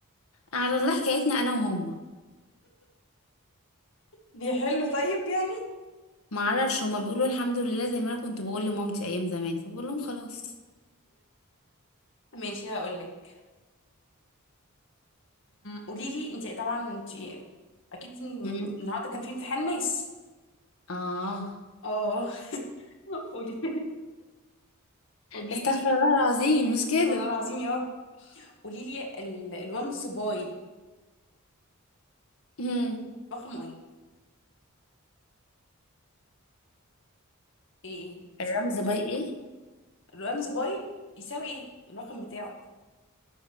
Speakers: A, on the left (about 80°); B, on the left (about 60°).
A: على الله حكايتنا انا وهما
B: بيحلوا طيب يعني
A: ما اعرفش هما بيقولوا الحمد لله زي ما انا كنت بقول لمامتي ايام زمان فبقول لهم خلاص
B: ماشي هقول لك قولي لي انت طبعا انت اكيد النهارده
A: مم.
B: كان في امتحان ماس
A: اه
B: اه <laughs> قولي قولي
A: استغفر
B: لي
A: الله العظيم مش كده
B: والله العظيم يا رب قولي لي ال... الرمز باي
A: مم.
B: رقمه ايه ايه ايه صح-
A: الرمز
B: صح.
A: باي ايه
B: الرمز باي يساوي ايه الرقم بتاعه